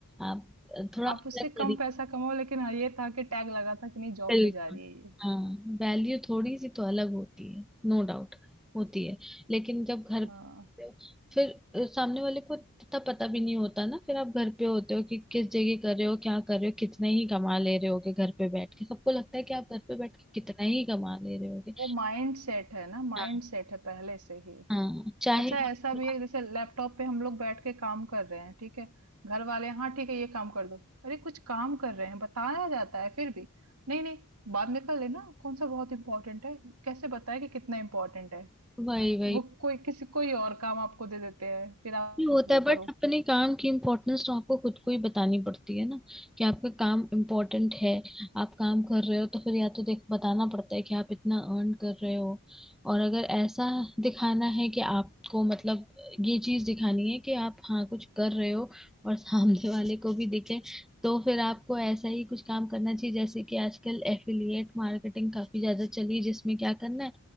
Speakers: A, in the centre; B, on the right.
A: आप थोड़ा अलग
B: आप उससे
A: तरीके
B: कम पैसा कमाओ लेकिन हाँ, ये था कि टैग लगा था कि नहीं जॉब
A: बिल्कुल
B: पे जा रही है ये।
A: हाँ वैल्यू थोड़ी सी तो अलग होती है नो डाउट होती है लेकिन जब घर पे
B: हाँ,
A: होते हो, फिर अ, सामने वाले को इतना पता भी नहीं होता ना फिर आप घर पे होते हो कि किस जगह कर रहे हो क्या कर रहे हो कितना ही कमा ले रहे होगे घर पे बैठ के सबको लगता है कि आप घर पे बैठ के कितना ही कमा ले रहे होगे
B: वो माइंडसेट है ना, माइंडसेट
A: हाँ
B: है पहले से ही।
A: हाँ चाहे
B: अच्छा ऐसा
A: आप
B: भी है जैसे लैपटॉप पे हम लोग बैठ के काम कर रहे हैं, ठीक है? घर वाले हाँ ठीक है ये काम कर दो। अरे कुछ काम कर रहे हैं, बताया जाता है फिर भी, नहीं, नहीं बाद में कर लेना, कौन सा बहुत इम्पोर्टेंट है? कैसे बताएँ कि कितना इम्पोर्टेंट है?
A: वही वही
B: वो कोई किसी कोई और काम आपको दे देते हैं, फिर आप
A: ये होता
B: वो
A: है बट
B: करो।
A: अपने काम की इम्पोर्टेंस तो आपको खुद को ही बतानी पड़ती है ना कि आपका काम इम्पोर्टेंट है आप काम कर रहे हो तो फिर या तो देख बताना पड़ता है कि आप इतना अर्न कर रहे हो और अगर ऐसा दिखाना है कि आपको मतलब ये चीज दिखानी है कि आप हाँ कुछ कर रहे हो और सामने वाले को भी दिखे तो फिर आपको ऐसा ही कुछ काम करना चाहिए जैसे कि आजकल एफिलिएट मार्केटिंग काफी ज्यादा चली है जिसमें क्या करना है